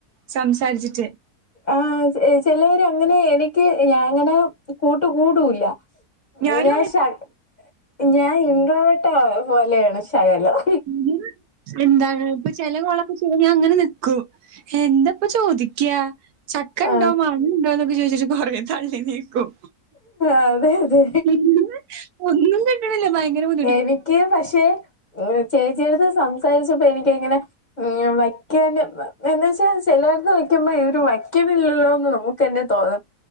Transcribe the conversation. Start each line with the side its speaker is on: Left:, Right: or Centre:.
Right: സംസാരിച്ചിട്ട്.
Left: ആ ഹ് ചിലര് അങ്ങനെ എനിക്ക് ഞാൻ അങ്ങനെ കൂട്ട് കൂടൂല്ല.
Right: ഞാനും
Left: ഇനിയാൻ ശട്ട് ഞാൻ ഇൻട്രോവെട്ട് പോലെയാ ശകലം
Right: ഞാന് എന്താണ് ഇപ്പൊ ചെല കോളൊക്കെ ചെയ്താൽ ഞാൻ ങ്ങനെ നിൽക്കും. എന്താ ഇപ്പംചോദിക്ക? ച കണ്ടോ
Left: ആഹ്
Right: മാങ്ങണ്ടോന്നൊക്കെ ചോദിച്ച് കൊറേതള്ളി നീക്കും.
Left: അതെ അതെ
Right: പിന്നെ ഒന്നും കിട്ടണില്ല ഭയങ്കര ബു
Left: എനിക്ക് പക്ഷെ ചേച്ചിയെടുത്ത് സംസാരിച്ചപ്പോ എനിക്ക് ഇങ്ങനെ ഉം വയ്ക്കൻ എന്ന് വെച്ചാ ചെലരുടെ എടുത്ത് വെയ്ക്കുമ്പോ ഇവരു വയ്ക്കണില്ലല്ലോന്ന് നമ്മു തന്നെ തോന്നും